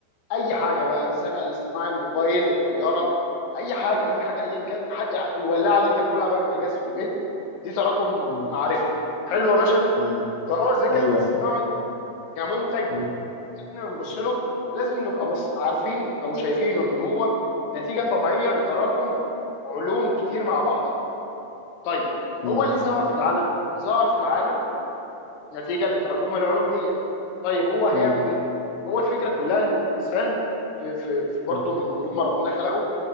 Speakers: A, on the left; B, on the left.
A: اي حاجه بقى الذكاء الاصطناعي الموبايل الطياره اي حاجه اي حاجه ايا كانت حتى الولاعه اللي انت بتولع بيها البوتاجاز في البيت دي تراكم
B: مم.
A: معرفه حلو يا باشا
B: مم.
A: فهو الذكاء
B: ايوه
A: الاصطناعي كمنتج
B: مم.
A: احنا بنبص له لازم نبقى بص عارفين او شايفينه ان هو نتيجه طبيعيه لتراكم علوم كتير مع بعضها طيب
B: مم.
A: هو اللي ظهر في العالم ظهر في العالم نتيجه لتراكم العلوم ديت طيب هو هيعمل
B: مم.
A: ايه هو الفكره كلها ان الانسان في في في برضه
B: مم.
A: من يوم ما ربنا خلقه